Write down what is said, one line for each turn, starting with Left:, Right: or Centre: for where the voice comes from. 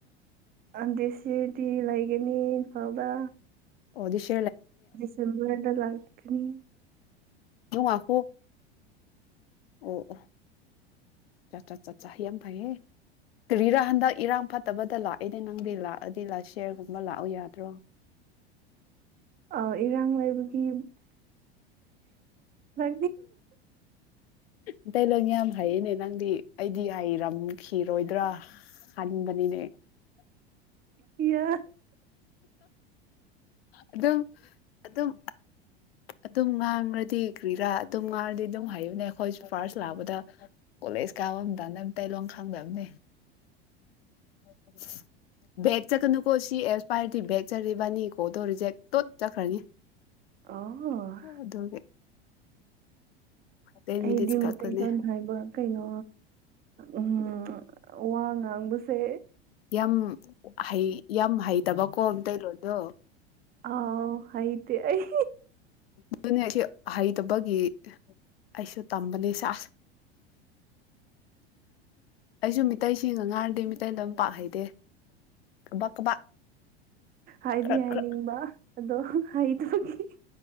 Right: ꯑꯗ ꯁꯤꯗꯤ ꯂꯩꯒꯅꯤ ꯏꯝꯐꯥꯜꯗ
Left: ꯑꯣꯗꯤꯁꯤ
Right: ꯁꯦꯝꯕꯔꯗ ꯂꯥꯛꯈꯅꯤ
Left: ꯍꯨꯡ ꯑꯈꯨ ꯑꯣ ꯑꯣ ꯆꯠ ꯆꯠ ꯆꯠ ꯌꯥꯝ ꯐꯩꯉꯦ ꯀꯔꯤꯔ ꯍꯟꯗꯛ ꯏꯔꯥꯡ ꯐꯠꯇꯕꯗ ꯂꯥꯛꯏꯅꯦ ꯅꯪꯗꯤ ꯂꯥꯛꯑꯗꯤ ꯁꯤꯌꯔꯒꯨꯝꯕ ꯂꯥꯛꯎ ꯌꯥꯗ꯭ꯔꯣ
Right: ꯑ ꯏꯔꯥꯡ ꯂꯩꯕꯒꯤ ꯅ
Left: ꯑꯇꯩ ꯂꯪ ꯌꯥꯝ ꯍꯩꯌꯦꯅꯦ ꯅꯪꯗꯤ ꯑꯩꯗꯤ ꯍꯥꯏꯔꯝꯈꯤꯔꯣꯏꯗ꯭ꯔꯥ ꯍꯟꯕꯅꯤꯅꯦ
Right: ꯌꯦ
Left: ꯑꯗꯨꯝ ꯑꯗꯨꯝ ꯑꯗꯨꯝ ꯉꯥꯡꯉ꯭ꯔꯗꯤ ꯀ꯭ꯔꯤꯔꯥ ꯑꯗꯨꯝ ꯉꯥꯡꯔꯗꯤ ꯑꯗꯨꯝ ꯍꯩꯕꯅꯦ ꯑꯩꯈꯣꯏ ꯐꯥꯔꯁ ꯂꯥꯛꯄꯗ ꯀꯣꯂꯦꯖ ꯀꯥꯕ ꯑꯝꯗ ꯇꯣꯡ ꯊꯪꯗꯕꯅꯦ <unintelligible> ꯕꯦꯒ ꯆꯠꯀꯅꯨꯀꯣ ꯁꯤ ꯑꯦꯛꯁꯄꯌꯔꯗꯤ ꯕꯦꯒ ꯆꯠꯂꯤꯕꯥꯅꯤꯀꯣ ꯑꯗꯣ ꯔꯤꯖꯦꯛ ꯇꯣꯠ ꯆꯠꯈ꯭ꯔꯅꯤ
Right: ꯑꯣ
Left: ꯑꯗꯨꯒꯤ ꯇꯦꯟ
Right: ꯑꯩꯗꯤ
Left: ꯃꯤꯅꯤꯠꯁ ꯈꯛꯇꯅꯦ
Right: ꯃꯩꯇꯩꯂꯣꯟꯣꯟ ꯍꯥꯏꯕ ꯀꯩꯅꯣ ꯎꯝ ꯋꯥ ꯉꯥꯡꯕꯁꯦ
Left: ꯌꯥꯝ ꯍ ꯌꯥꯝ ꯍꯩꯇꯕꯀꯣ ꯑꯝꯇꯔꯣꯗꯣ
Right: ꯑ ꯑꯥꯏꯗꯤ ꯑꯩ
Left: ꯑꯗꯨꯅꯤ ꯁꯤ ꯍꯩꯇꯕꯒꯤ ꯑꯩꯁꯨ ꯇꯝꯕꯅꯦ ꯁꯥ ꯑꯩꯁꯨ ꯃꯤꯇꯩꯁꯤꯡ ꯉ ꯉꯥꯔꯗꯤ ꯃꯤꯇꯩꯗ ꯑꯗꯨꯝ ꯄꯥꯛ ꯍꯩꯗꯦ ꯀꯕꯥꯛ ꯀꯕꯥꯛ
Right: ꯍꯥꯏꯗꯤ
Left: ꯈꯔ
Right: ꯍꯥꯏꯅꯤꯡꯕ
Left: ꯈꯔ
Right: ꯑꯗꯣ ꯍꯩꯊꯣꯛꯈꯤ